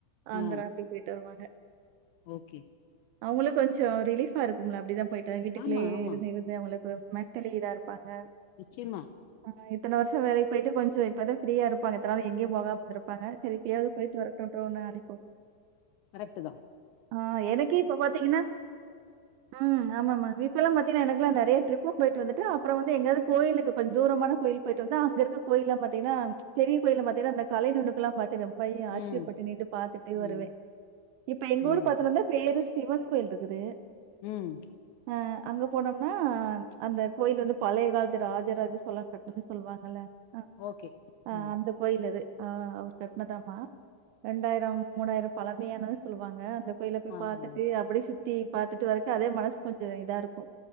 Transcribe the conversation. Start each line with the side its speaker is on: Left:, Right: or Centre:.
Right: ஆந்ரா
Left: ஆ
Right: அப்டி பொய்ட்டு வருவாங்க
Left: ஓகே
Right: அவுங்ளு கொஞ்சோ ரிலீஃபா இருக்கும்லா அப்டிதா பொயிட்டா வீட்டுக்குள்ளயே
Left: ஆமா ஆமா
Right: இருந்து இருந்து அவுங்ளுக்கு மெட்டலி இதா இருப்பாங்க
Left: நிச்சயமா
Right: ஆ இத்தன வருஷோ வேலைக்கு பொய்ட்டு கொஞ்சோ இப்பதா ஃப்ரியா இருப்பாங்க இத்தன நாள் எங்கேயு போகாம இருந்துரு இருப்பாங்க சரி இப்பயாது பொய்ட்டு வரட்டுன்டு ஒன்னு அனிப்பு
Left: கரெக்ட்டு தா
Right: ஆ எனக்கே இப்ப பாத்தீங்கன்னா ம் ஆமாமா இப்பலா பாத்தீங்கன்னா எனக்கெல்லா நெறைய ட்ரிப் பொயிட்டு வந்துட்டே அப்றோ வந்து எங்கயாது கோயிலுக்கு கொஞ் தூரமான கோயில் பொய்ட்டு வந்தோ அங்க இருக்க கோயில்லா பாத்தீங்ன்னா பெரிய கோயில பாத்தீங்னா அந்த கலை நுனுக்குலா பாத் ரொம்பையு ஆச்சரியப்பட்டு
Left: ம்
Right: நின்னு பாத்துட்டே வருவே
Left: ம்
Right: இப்ப எங்க
Left: ம்
Right: ஊரு பக்துல இந்துதா பேரூர் சிவன் கோயிலிருக்குது
Left: ம்
Right: ஆ அங்க போனோம்னா அந்த கோயில் வந்து பழைய காலத்து ராஜராஜ சோழன் கட்நதுனு சொல்லுவாங்கல ஆ
Left: ஓகே
Right: ஆ
Left: ம்
Right: அந்த கோயிலது ஆ அவுர் கட்னதாமா ரெண்டாயிரம் மூனாயிரம் பழமையானது சொல்லுவாங்க அந்த கோயில போய்
Left: ஆ
Right: பாத்துட்டு
Left: ஆ
Right: அப்டியே சுத்தி பாத்தட்டு வரக்கே அதே மனசு கொஞ்சோ இதா இருக்கு